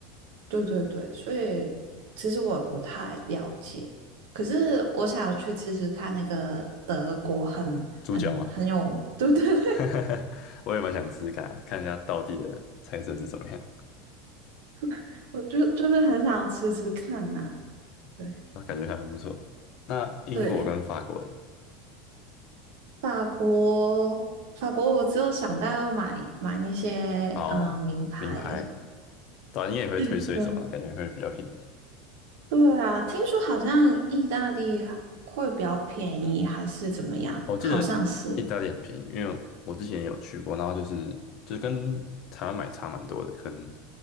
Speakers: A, on the right; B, on the left.
A: 对对对，所以其实我也不太了解，可是我想要去吃吃看那个德国很很很有，
B: 猪脚吗？
A: 对对对，
B: <laughs> 我也蛮想吃吃看啊，看一下道地的菜色是怎么样，
A: <laughs> 我就就是很想要吃吃看呐、对
B: <laughs> 那感觉还蛮不错的。那英国跟法国嘞，
A: 对，法国法国，我只有想到要买买那些嗯、
B: 哦，
A: 呃名牌，
B: 名牌，短你也会退税什么，
A: 对
B: 感觉会比较便宜。
A: 对啊，听说好像意大利会比较便宜，还是怎么样？
B: 我记得意大利很便宜，
A: 好像是。
B: 因为我之前也有去过，然后就是就是跟台湾买差蛮多的，可能